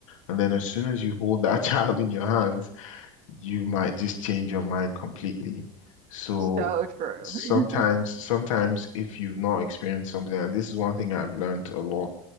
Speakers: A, on the left; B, on the right.
A: and then as soon as you hold that <laughs> child in your hands, you might just change your mind completely. So
B: So true.
A: Sometimes,
B: <laughs>
A: sometimes if you've not experienced something, and this is one thing I've learned a lot,